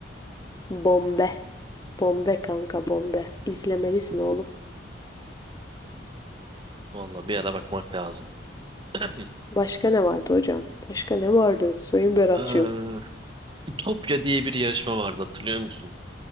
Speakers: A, on the left; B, on the right.
A: Bombe. Bombe kanka bombe. İzlemelisin oğlum.
B: Vallahi bir ara bakmak lazım. <clears throat>
A: Başka ne vardı hocam? Başka ne vardı Sayın Berat'cığım?
B: Ee, Ütopya diye bir yarışma vardı hatırlıyor musun?